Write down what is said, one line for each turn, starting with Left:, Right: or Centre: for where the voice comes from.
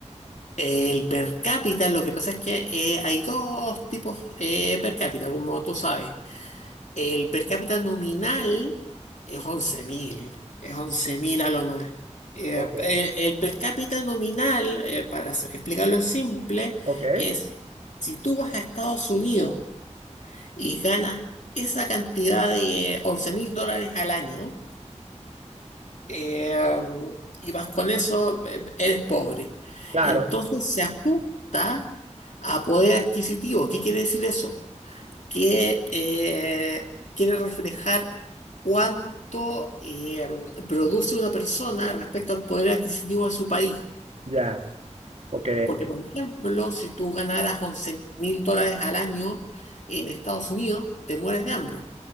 Left: El per cápita, lo que pasa es que eh, hay dos tipos eh, per cápita, como tú sabes. El per cápita nominal es 11.000, es 11.000 a lo más. Eh,
Right: Ok,
Left: eh, el, per cápita nominal, eh, para s- explicarlo en simple,
Right: ok,
Left: es si tú vas a Estados Unidos y ganas esa cantidad de 11.000 dólares al año, eh, y vas con eso, eh, eres pobre.
Right: claro,
Left: Entonces se ajusta a poder adquisitivo. ¿Qué quiere decir eso? que eh, quiere reflejar cuánto eh, produce una persona respecto al poder adquisitivo de su país.
Right: ya. Ok,
Left: Porque, por ejemplo, si tú ganaras once mil dólares al año en Estados Unidos, te mueres de hambre.